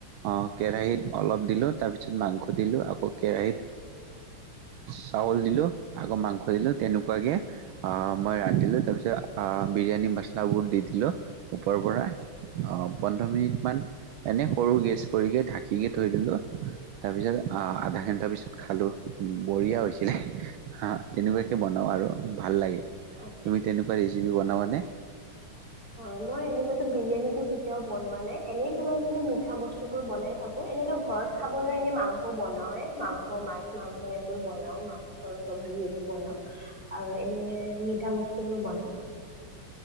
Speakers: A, on the right; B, on the right.
A: অ কেৰাহীত অলপ দিলো তাৰপিছত মাংস দিলো আকৌ কেৰাহীত চাউল দিলো আকৌ মাংস দিলো তেনেকুৱাকে মই ৰান্ধিলো তাৰপিছত বিৰিয়ানী মছলাাবোৰ দি দিলো ওপৰৰ পৰা পোন্ধৰ মিনিট মান এনে সৰু গেছ কৰিকে ঢাকিকে থৈ দিলো। তাৰপিছত আহ আধা ঘণ্টা পিছত খালো বঢ়িয়া হৈছিলে। হা তেনেকুৱাকে
B: অঁ
A: বনাও আৰু। ভাল লাগে।
B: আচ্ছা।
A: তুমি তেনেকুৱা ৰেচিপি বনাবানে?
B: হয় মই এনেকুৱাতো বিৰিয়ানীটো কেতিয়াও বনোৱা নাই এনে কিবা-কিবি মিঠা বস্তু বোৰ বনাই থাকো। এনেতো ঘৰত খাবলৈ এনে মাংস বনাও এ মাংস মাছ মাংস এইবোৰ বনাও মাংস চবজি এইবোৰ বনাও আৰু এনে মিঠা বস্তু বোৰ বনা হ <inaudible>